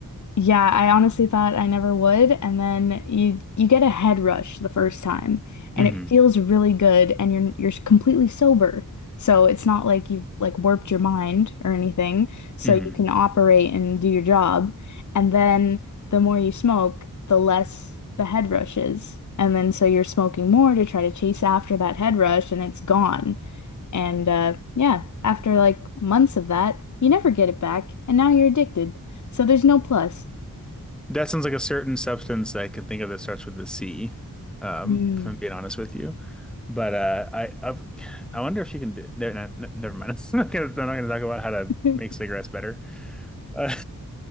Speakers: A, on the left; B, in the centre.
A: Yeah, I honestly thought I never would, and then you you get a head rush the first time, and
B: hmm
A: it feels really good, and you're you're completely sober, so it's not like you've like warped your mind or anything, so
B: hmm
A: you can operate and do your job, and then the more you smoke, the less the head rush is, and then so you're smoking more to try to chase after that head rush, and it's gone, and uh, yeah, after like months of that, you never get it back, and now you're addicted, so there's no plus.
B: That sounds like a certain substance that I can think of that starts with the C, um,
A: Mm.
B: if I'm being honest with you. But uh, I I've, I wonder if you can do, no, no, no, never mind. <laughs> I'm not gonna, I'm not gonna talk about how to
A: <laughs>
B: make cigarettes better. Uh,